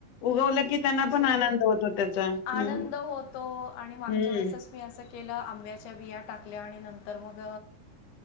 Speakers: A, on the left; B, on the left.
A: उगवलं की त्यांना
B: दुसरी
A: पण आनंद
B: ग
A: होतो त्याचा हम्म
B: आनंद होतो आणि मागच्या
A: हम्म
B: वेळेसच मी असं- के आंब्या- च्या बिया टाकल्या आणि नंतर मग